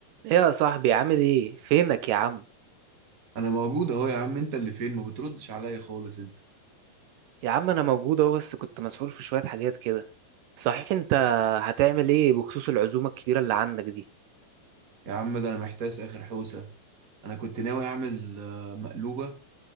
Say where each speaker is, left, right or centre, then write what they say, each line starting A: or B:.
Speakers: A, on the right; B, on the right.
A: ايه يا صاحبي عامل ايه فينك يا عم
B: انا موجود اهو يا عم انت اللي فين ما بتردش عليا خالص انت
A: يا عم انا موجود اهو بس كنت مسؤول في شوية حاجات كده صحيح انت هتعمل ايه بخصوص العزومة الكبيرة اللي عندك دي
B: يا عم ده انا محتاس اخر حوسه انا كنت ناوي اعمل آه، مقلوبه